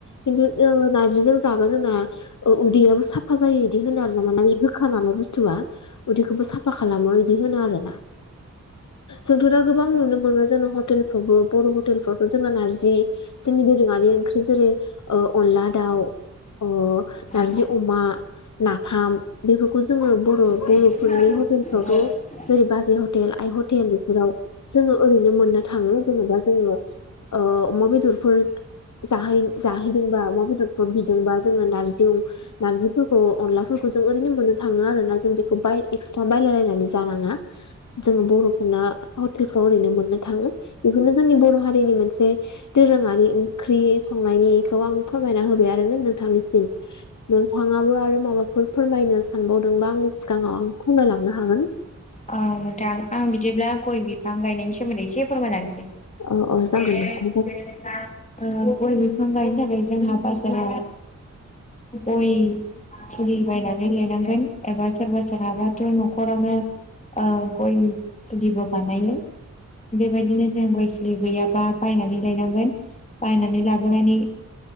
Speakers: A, on the left (about 70°); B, on the left (about 25°).
A: खिन्थु जोङो नारजिजों जाबा जोंना उदैयाबो साफा जायो इदि होनो आरोना मानोना बे गोखा नालाय बुस्थुआ उदैखौबो साफा खालामो इदि होनो आरोना जोंथ' दा गोबां नुनो मोनो जोंना हटेलफ्रावबो बर' हटेलफ्रावथ' जोंना नारजि जोंनि दोरोङारि ओंख्रि जेरै अनला दाउ अ नारजि
B: औ औ
A: अमा नाफाम बेफोरखौ जोङो बर'-बर'फोरनि
B: औ नोंथां
A: हटेलफ्रावथ' जेरै बाजै हटेल आइ हटेल बेफोराव जोङो ओरैनो मोननो थाङो जेनेबा जोङो ओ अमा बेदरफोर जाहै-जाहैदोंबा अमा बेदरफोर बिदोंबा जोङो नारजि नारजिफोरखौ अनलाफोरखौ जों ओरैनो मोननो थाङो आरोना जों बेखौ बाय एक्सट्रा बायलायलायनानै जानाङा जोङो बर'फोरना हटेलफ्राव ओरैनो मोननो थाङो बेखौनो जोंनि बर' हारिनि मोनसे दोरोङारि ओंख्रि संनायनिखौ आं फोरमायना होबाय आरोना नोंथांनिसिम नोंथाङाबो आरो माबाफोर फोरमायनो सानबावदोंबा आंनि सिगाङाव आं फोरमायलांनो हागोन
B: औ नोंथां आं बिदिब्ला गय बिफां गायनायनि सोमोन्दै एसे फोरमायलांसै
A: अ अ जागोन
B: <unintelligible>
A: नोंथां
B: <unintelligible> ओ गय बिफां गायनो थाखाय जोंहा बाजाराव गय फुलि बायनानै लायनांगोन एबा सोरबा सोरहाबाथ' नखरावनो ओ गय फुलिबो बानायो बेबायदिनो जों गय फुलि गैयाबा बायनानै लायनांगोन बायनानै लाबोनायनि